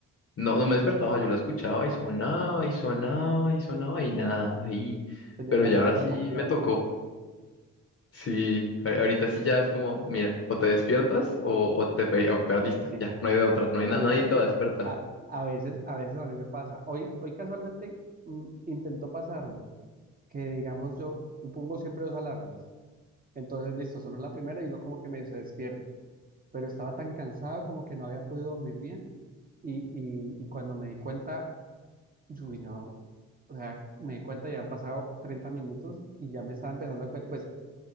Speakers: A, on the left (about 40°); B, on the right (about 25°).
A: No, no me despertaba, yo la escuchaba y sonaba y sonaba y sonaba y nada, ahí.
B: Tenía
A: Pero
B: la
A: ya
B: alarma
A: ahora sí
B: confiable.
A: me tocó. Sí, a- ahorita sí ya es como, mira, o te despiertas o, o te pe- o perdiste.
B: Sí,
A: Ya, no hay de otra, no hay na-
B: uy,
A: nadie
B: sí.
A: te va a despertar.
B: A, a veces, a veces a mí me pasa. Hoy, hoy casualmente mm, intentó pasarme que digamos yo, yo pongo siempre dos alarmas. Entonces, listo, sonó la primera y uno como que me despierta pero estaba tan cansado como que no había podido dormir bien y, y, y cuando me di cuenta, uy, no, o sea, me di cuenta ya han pasado 30 minutos y ya me estaba empezando a, co- pues